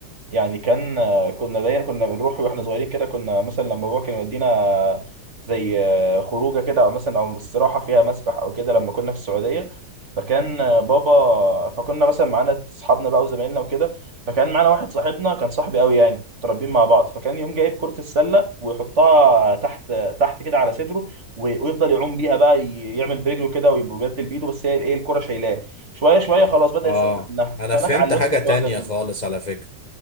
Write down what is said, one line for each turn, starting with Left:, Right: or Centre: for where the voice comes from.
Right: يعني كان آه، كنا دايما كنا بنروح واحنا صغيرين كده كنا مثلا لما بابا كان يودينا زي آه، خروجه كده او مثلا او استراحه فيها مسبح او كده لما كنا في السعوديه فكان آه، بابا فكنا مثلا معانا اصحابنا بقى وزمايلنا وكده فكان معانا واحد صاحبنا كان صاحبي قوي يعني متربيين مع بعض فكان يوم جايب كرة السلة ويحطها تحت تحت كده على صدره وي- ويفضل يعوم بيها بقى ي- يعمل برجله كده ويبدل بايده بس هي الايه الكرة شايلاه شوية شوية خلاص بدأ
Left: اه
Right: يستغنى عنها
Left: انا
Right: فانا
Left: فهمت
Right: اتعلمت
Left: حاجه
Right: الحوار
Left: تانية
Right: ده منه
Left: خالص على فكره